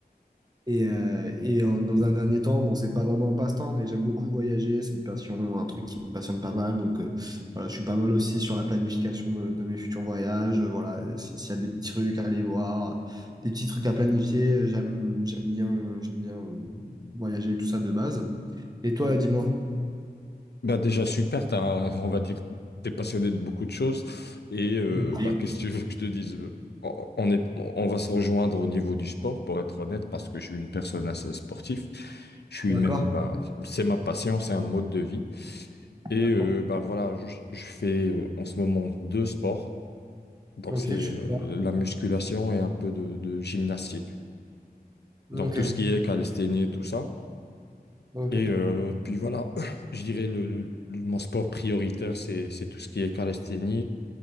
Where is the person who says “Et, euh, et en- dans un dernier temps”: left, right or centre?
Right